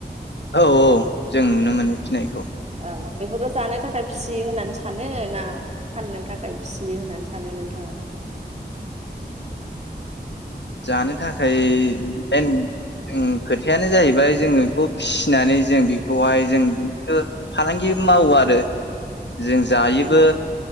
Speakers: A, on the left; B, on the right.
A: औ औ जों नुनो मोनो फिनायखौ।
B: औ बेफोरखौ जानो थाखाय फिसियो होननानै सानो ना फाननो थाखाय फिसियो होननानै सानो नोंथाङा?
A: जानो थाखाय मेन खोथायानो जाहैबाय जोङो बेखौ फिसिनानै जों बेखौहाय जों फालांगि मावो आरो। जों जायोबो
B: औ